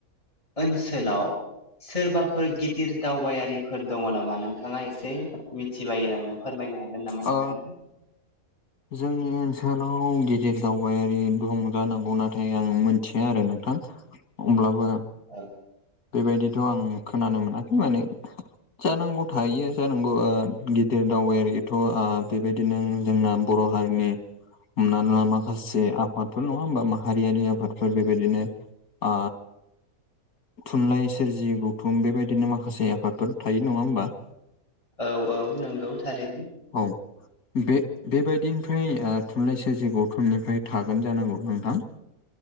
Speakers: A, on the left; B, on the left.
A: ओनसोलाव सोरबाफोर गिदिर दावबायारिफोर दङ नामा नोंथाङा एसे मिथिबायो नामा फोरमायनो हागोन नामा
B: ओ
A: नोंथाङा
B: जोंनि ओनसोलाव गिदिर दावबायारि दंजानांगौ नाथाय आं मोनथिया आरो नोंथां होनब्लाबो
A: औ
B: बेबायदिथ' आं खोनानो मोनाखै माने जानांगौ थायो जानांगौ गिदिर दावबायेर एथ' बेबायदिनो जोंना बर' हारिनि हमनाा माखासे आफादफोर नङा होमबा माहारियारि आफादफोर बेबायदिनो आ थुनलाइ सोरजि गौथुम बेबायदिनो माखासे आफादफोर थायो नङा होमबा
A: औ औ नंगौ थारैनो
B: औ बे बेबायदिनिफ्राय थुनलाइ सोरजि गौथुमनिफ्राय थागोन जानांगौ नोंथां <inaudible>